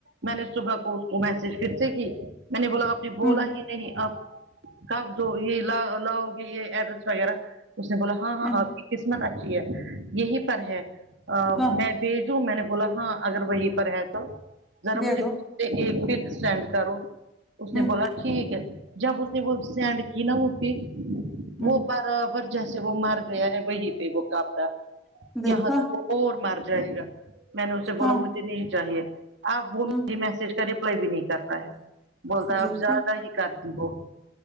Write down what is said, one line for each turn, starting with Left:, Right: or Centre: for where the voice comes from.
Right: میں نے صبح کو اس کو میسج پھر سے کی میں نے بولا آپ نے بلا
Centre: ہوں
Right: ہی نہیں آپ کب دو یے لا لاؤ گے یے ایڈریس وغیرہ اس نے بولا ہاں ہاں
Centre: ہوں
Right: آپ کی قسمت اچھی ہے یہی پر ہے
Centre: ہاں
Right: میں دی میں نے بولا ہاں اگر وہیں پر ہے تو ذرا
Centre: دے
Right: مجھے
Centre: دو
Right: ایک پک سینڈ کرو اس نے
Centre: ہوں
Right: بولا ٹھیک ہے جب اس نے وہ سینڈ کی نا وہ پیک
Centre: ہوں
Right: وہ بارابر جیسے وہ مار گیا ہے پے وہ کاپا
Centre: دیکھا
Right: یہاں تک وہ اور مر جائے گا میں نے اسے بولا
Centre: ہاں
Right: مجھے نہیں چاہیے آپ وہ میری
Centre: ہوں
Right: میسج کا ریپ لی بھی نہیں کرتا ہے بولتا
Centre: دیکھا
Right: اب زیادہ ہی کر دی وہ